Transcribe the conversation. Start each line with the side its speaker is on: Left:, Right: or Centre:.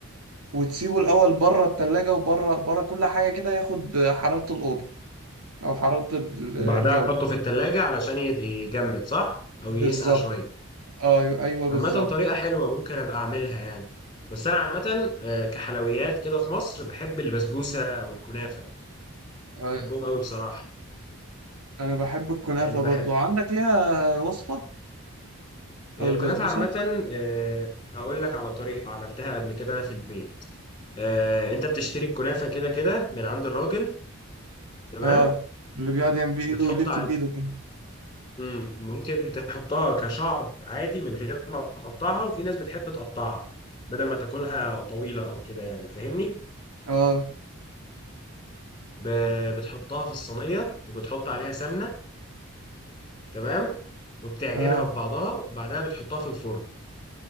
Right: وتسيبه الأول بره التلاجة وبره بره كل حاجة كده ياخد حرارة الأوضة أو حرارة ال- الجو
Left: وبعدها تحطه في التلاجة علشان يت- يجمد صح او
Right: بالظبط
Left: يسقع شوية
Right: أيوه أيوه بالظبط
Left: عامة طريقة حلوة ممكن ابقى اعملها يعني بس انا عامة آه، كحلويات كده في مصر بحب البسبوسة والكنافة
Right: أيوة.
Left: بحبهم قوي بصراحة
Right: أنا بحب الكنافة
Left: يعني بح...
Right: برضه عندك ليها وصفة
Left: هي
Right: أو
Left: الكنافة
Right: البسبوسة
Left: عامة آه، هقول لك على طريقة عملتها قبل كده أنا في البيت آه، أنت بتشتري الكنافة كده كده من عند الراجل تمام
Right: أه اللي بيقعد يعمل بإيده
Left: بتحط
Right: ويلف
Left: على
Right: بإيده كده
Left: مم، ممكن تحطها كشعر عادي من غير ما تقطعها وفي ناس بتحب تقطعها بدل ما تاكلها طويلة أو كده يعني فاهمني
Right: أه
Left: ب- بتحطها في الصينية وبتحط عليها سمنة تمام وبتعجنها
Right: أه
Left: في بعضها وبعدها بتحطها في الفرن